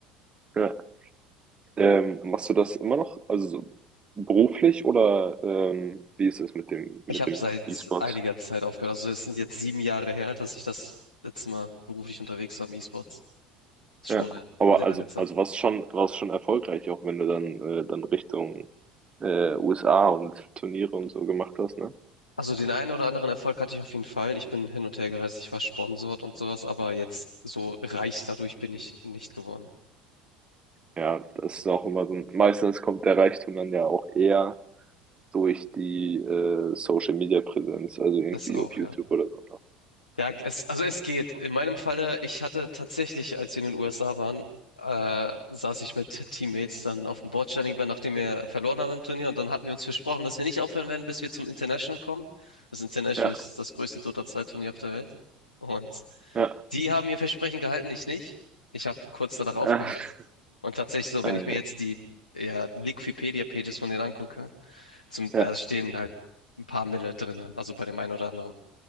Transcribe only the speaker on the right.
Ja. Ähm, machst du das immer noch, also so beruflich oder ähm, wie ist es mit dem mit
dem
E-Sport?
Ja,
aber
also
also warst schon warst schon erfolgreich, auch wenn du dann äh, dann Richtung äh, USA und Turniere und so gemacht hast, ne?
Ja, das ist auch immer so. ein- Meistens kommt der Reichtum dann ja auch eher durch die äh, Social Media Präsenz, also irgendwie
auf YouTube
oder so, ne?
Ja,
ja,
ja, <laughs>
Ah,
ja,
ja.
Ja,